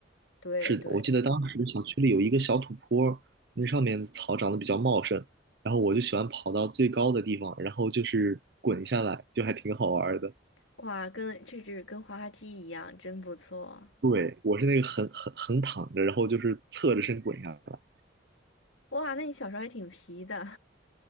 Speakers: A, on the left (about 80°); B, on the right (about 55°).
A: 对对，
B: 是的，我记得当时小区里有一个小土坡儿，那上面的草长得比较茂盛，然后我就喜欢跑到最高的地方，然后就是滚下来，就还挺好玩儿的。
A: 哇，跟这是跟滑滑梯一样，真不错。
B: 对，我是那个横横横躺着，然后就是侧着身滚下来。
A: 哇，那你小时候还挺皮的，